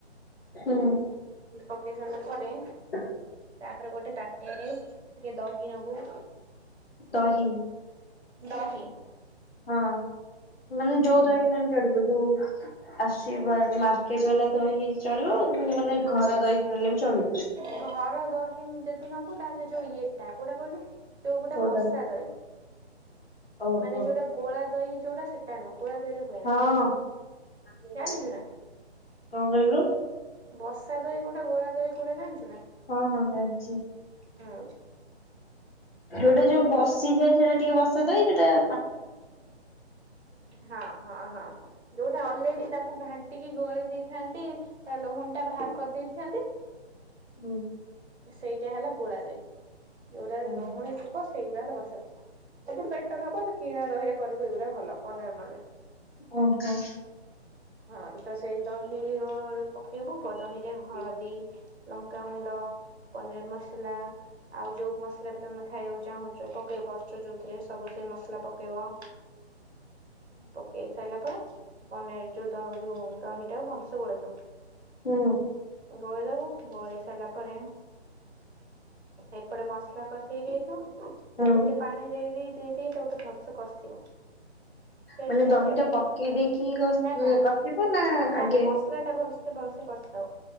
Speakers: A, on the left; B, on the right.
A: ହୁଁ
B: ପକେଇସାଇଲା ପରେ
A: <inaudible>
B: ତାପରେ ଗୋଟେ ତାଟିଆରେ ଟିକେ ଦହି ନବୁ
A: ଦହି
B: ଦହି
A: ହଁ ମାନେ ଯୋଉ ଦହି ନେଲେ ଚଳିବ ଯୋଉ ଆସିବାର ମାର୍କେଟ ବାଲା ଦହି ଚଳିବ ମାନେ ଘର ଦହି ଖାଇଲେ ବି ଚଳିବ
B: ଘର ଦହି ଯଦି ନବୁ ତାହେଲେ ଯୋଉ ଇଏ ଟା କୋଟା କହିଲୁ ଯୋଉ ଗୋଟା
A: କୋଉଟା
B: ବସା ଦହି
A: ଓହୋ
B: ମାନେ ଯୋଉଟା ଗୋଳା ଦହି ଯଉଟା ସେଟା ନୁହ ଗୋଳା ଦହିରେ ହୁଏ
A: ହଁ
B: ନା
A: କଣ
B: ଜାଣିଛୁ ନା
A: କହିଲୁ
B: ବସା ଦହି କୋଉଟା ଘୋଳା ଦହି କୋଉଟା ଜାଣିଛୁ ନା
A: ହଁ ହଁ ଜାଣିଛି
B: ହଁ
A: ଯୋଉଟା ଯୋଉ ବସିଯାଏ
B: ବସ
A: ସେଟା ଟିକେ ବସା ଦହି ସେ ଟା
B: ହଁ ହଁ ହଁ ଯୋଉଟା ଅଲରେଡି ତାକୁ ଘାଣ୍ଟିକି ଗୋଳେଇ ଦେଇଥାନ୍ତି ତା ଲହୁଣି ଟା ବାହାର କରିଦେଇଥାନ୍ତି
A: ହୁଁ
B: ସେଇଟା ହେଲା ଗୋଳା ଦହି ଯୋଉଟାରେ
A: ହୁଁ,
B: ଲୁହୁଣି ଥିବ ସେଇଗୁଡା ହେଲା ବସା ଦହି ଏ ଗୋଟେ ବେଟର ହବ କିଣା ଦହିରେ କରିବୁ ଏଇଗୁଡା ଭଲ ପନିର ମନର
A: ଓହୋ
B: ହଁ ତ ସେଇ ଦହି ପକେଇବୁ ଦହିରେ ହଳଦୀ ଲଙ୍କାଗୁଣ୍ଡ, ପନିର୍ ମସଲା ଆଉ ଯୋଉ ମସଲା ବି ତମେ ଖାଇବାକୁ ଚାହୁଁଛ ପକେଇ ପାରୁଛ ଯୋଉଥିରେ ସବୁ ସେ ମସଲା ପକେଇବ
A: <inaudible>
B: ପକେଇ ସାରିଲା ପରେ ପନିର ଯୋଉ ଦ ଯୋଉ ଦହିଟା ଭଲସେ ଗୋଳେଇ ଦବ
A: ହୁ
B: ଗୋଳେଇ ଦବ ଗୋଳେଇ ସାରିଲା ପରେ ଏପଟେ ମସଲା କଷେଇ ହେଇଥିବ ତା
A: ହୁଁ
B: ଭିତରେ ପାଣି ଦେଇ ଦେଇତା ଦେହେ ଭଲସେ କଷିବ ଟେଷ୍ଟ
A: ମାନେ ଦହିଟା
B: ଆସିବା ପାଇଁ
A: ପକେଇ ଦେଇକି ଘଷି
B: ନା ନା
A: କଷିବ
B: ନା
A: ଆଗେ
B: ମସ ମସଲା ଟା ଭଲସେ ଭଲସେ କଷିଦବ